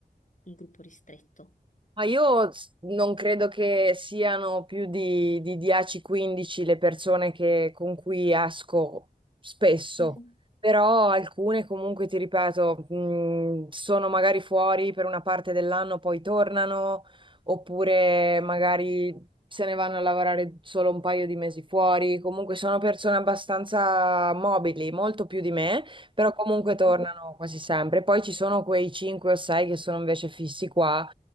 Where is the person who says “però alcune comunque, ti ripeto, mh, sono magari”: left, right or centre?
Right